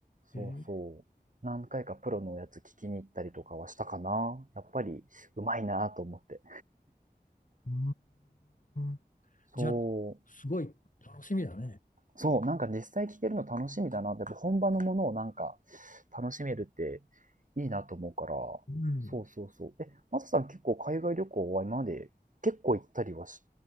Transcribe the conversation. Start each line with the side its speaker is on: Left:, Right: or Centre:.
Left: えー、
Right: そうそう。何回かプロのやつ聞きに行ったりとかはしたかな。やっぱりうまいなと思って。
Left: うーん。
Right: そう。
Left: じゃあ、すごい楽しみだね。
Right: そう、なんか実際聞けるの楽しみだなって、本場のものをなんか楽しめるっていいなと思うから。
Left: うん。
Right: そうそうそう。え、マサさん結構海外旅行は今まで結構行ったりはし